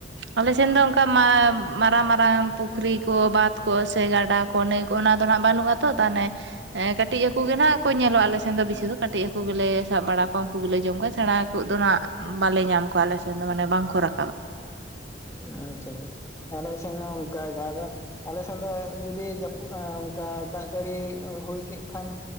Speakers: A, on the right (about 80°); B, on the left (about 15°).
A: ᱟᱞᱮ ᱥᱮᱱ ᱫᱚ ᱚᱱᱠᱟ ᱢᱟ ᱢᱟᱨᱟᱝ, ᱢᱟᱨᱟᱝ ᱯᱩᱠᱷᱨᱤ ᱠᱚ ᱵᱟᱸᱫᱽ ᱠᱚ ᱥᱮ ᱜᱟᱰᱟ ᱠᱚ ᱱᱟᱹᱭ ᱠᱚ ᱚᱱᱟ ᱫᱚ ᱱᱟᱜ ᱵᱟᱹᱱᱩᱜ ᱟᱛᱚ, ᱛᱟᱦᱚᱞᱮ ᱠᱟᱹᱴᱤᱡ ᱦᱟᱹᱠᱩ ᱜᱮ ᱱᱟᱦᱟᱜ ᱠᱚ ᱧᱮᱞᱚᱜᱼᱟ᱾ ᱟᱞᱮᱥᱮᱱ ᱫᱚ ᱵᱮᱥᱤ ᱫᱚ ᱠᱟᱹᱴᱤᱡ ᱦᱟᱹᱠᱩ ᱜᱮᱞᱮ ᱥᱟᱵ ᱵᱟᱲᱟ ᱠᱚᱣᱟ, ᱩᱱᱠᱩ ᱜᱮᱞᱮ ᱡᱚᱢ ᱠᱚᱣᱟ ᱥᱮᱬᱟ ᱠᱩᱜ ᱫᱚ ᱱᱟᱦᱟᱜ ᱵᱟᱞᱮ ᱧᱟᱢ ᱠᱚᱣᱟ, ᱟᱞᱮ ᱥᱮᱱ ᱫᱚ ᱢᱟᱱᱮ ᱵᱟᱝ ᱠᱚ ᱨᱟ
B: ᱟᱪᱪᱷᱟ, ᱟᱞᱮ ᱥᱮᱱ ᱚᱱᱠᱟ ᱜᱮ ᱟᱫᱚ ᱟᱞᱮᱥᱮᱱ ᱫᱚ ᱡᱩᱫᱤ ᱡᱟᱹᱯᱩᱫ ᱚᱱᱠᱟ ᱫᱟᱜ ᱡᱟᱹᱲᱤ ᱦᱩᱭ ᱠᱮᱜ ᱠᱷᱟᱱ